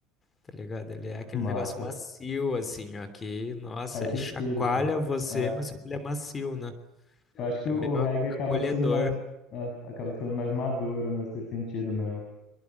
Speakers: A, on the left (about 25°); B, on the left (about 45°).
A: tá ligado? Ele é aquele
B: <laughs> massa,
A: negócio macio, assim, ó, que, nossa,
B: faz
A: ele
B: sentido,
A: chacoalha
B: pô.
A: você,
B: É,
A: mas ele é macio, né?
B: eu acho que
A: É
B: o,
A: meio
B: o reggae acaba
A: acolhedor.
B: sendo mais, é, acaba sendo mais maduro nesse sentido mesmo,